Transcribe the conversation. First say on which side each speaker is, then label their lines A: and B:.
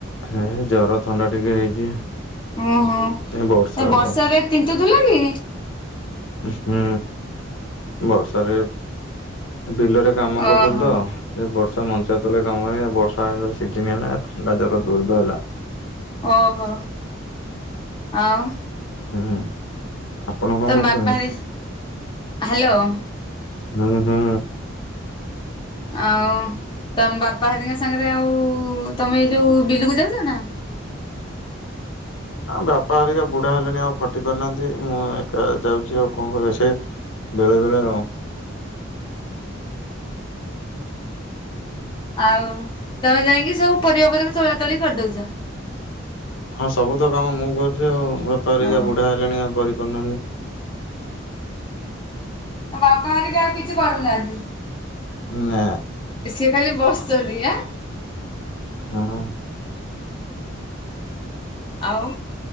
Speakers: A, on the left; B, on the left.
A: ହେଇ ଜ୍ଵର ଥଣ୍ଡା ଟିକେ ହେଇଛି।
B: ଓହୋ। ନାଇଁ
A: ଏ ବର୍ଷା
B: ବର୍ଷାରେ
A: ତ।
B: ତିନ୍ତୁଥିଲ କି?
A: ହୁଁ। ବର୍ଷାରେ, ବିଲରେ କାମ
B: ଓହୋ
A: କରୁଥିଲି ତ ସେ ବର୍ଷା ମଞ୍ଚା ତଳେ କାମ ହୁଏ ଆଉ, ବର୍ଷା ଆଙ୍କର ସିଜିିନ ହେଲା ଏଥର ଥଣ୍ଡା ଜର ଜୋରେ ଧଇଲା।
B: ଓହୋ। ଆଉ
A: ହୁଁ। ଆପଣ କଣ
B: ତମ
A: କରୁଛନ୍ତି?
B: ବାପା ହେରି, ହ୍ୟାଲୋ।
A: ହୁଁ ହୁଁ।
B: ଆଉ ତମ ବାପା ହେରିକାଙ୍କ ସାଙ୍ଗେରେ ଆଉ ତମେ ଏଇ ଯୋଉ ବିଲକୁ ଯାଉଛ ନା?
A: ଆମ ବାପା ହେରିକା ବୁଢା ହେଲେଣି ଆଉ ଖଟି ପାରୁନାହାଁନ୍ତି, ମୁଁ ଏକା ଯାଉଛି ଆଉ କଣ କରିବା। ସେ ବେଳେବେଳେ ଆଉ।
B: ଆଉ ତମେ ଯାଇଁକି ସବୁ ପରିବା ପତ୍ର ତୋଳା ତୋଳି କରିଦଉଛ?
A: ହଁ ସବୁ ତ କାମ ମୁଁ କରୁଛି ଆଉ, ବାପା ହେରିକା
B: ଓ
A: ବୁଢ଼ା ହେଲେଣି ଆଉ କରିପାରୁନାହାଁନ୍ତି।
B: ତମ ବାପା ହେରିକା ଆଉ କିଛି କରୁନାହାଁନ୍ତି?
A: ଉଁ ନା।
B: ସିଏ ଖାଲି ବସୁଛନ୍ତି ଆଁ?
A: ହଁ।
B: ଆଉ,